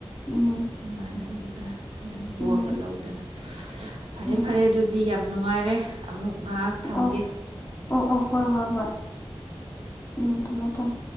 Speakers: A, on the left (about 25°); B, on the right (about 80°).
A: ꯎꯝ
B: ꯏꯃꯥꯟꯅꯕꯤ ꯈꯔ ꯑꯗꯨ ꯒꯣꯜꯒ
A: ꯎꯝ
B: ꯂꯧꯗꯅ ꯐꯔꯦ
A: ꯎꯝ
B: ꯐꯔꯦ ꯑꯗꯨꯗꯤ ꯌꯥꯝ ꯌꯥꯝ ꯅꯨꯡꯉꯥꯏꯔꯦ ꯑꯃꯨꯛ ꯉꯥꯏꯍꯥꯛ ꯊꯝꯒꯦ
A: ꯑꯣ ꯑꯣ ꯑꯣ ꯍꯣꯏ ꯍꯣꯏ ꯍꯣꯏ ꯎꯝ ꯊꯝꯃꯦ ꯊꯝꯃꯦ